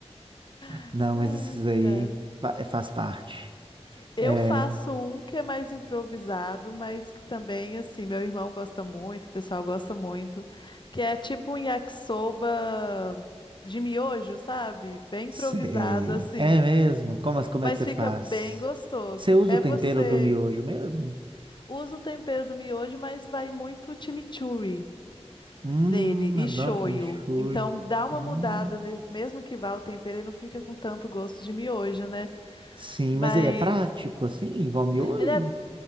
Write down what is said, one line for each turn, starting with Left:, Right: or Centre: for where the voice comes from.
Left: <laughs>
Right: Não,
Left: Ai,
Right: mas esses aí
Left: cara.
Right: fa- é, faz parte.
Left: Eu
Right: É,
Left: faço um que é mais improvisado, mas que também, assim, meu irmão gosta muito, o pessoal gosta muito, que é tipo um yakisoba de miojo, sabe? Bem
Right: sei.
Left: improvisado, assim,
Right: É mesmo? Como, as- como
Left: mas
Right: é que você
Left: fica
Right: faz?
Left: bem gostoso.
Right: Você usa
Left: É
Right: o tempero
Left: você
Right: do miojo mesmo?
Left: usa o tempero do miojo, mas vai muito chimichurri
Right: Hum,
Left: nele e
Right: adoro
Left: shoyu.
Right: chimichurri.
Left: Então dá uma
Right: Hum,
Left: mudada, nesse- mesmo que vá o tempero, ele não fica com tanto gosto de miojo, né?
Right: sim,
Left: Mas
Right: mas ele é prático, assim, igual miojo?
Left: ele é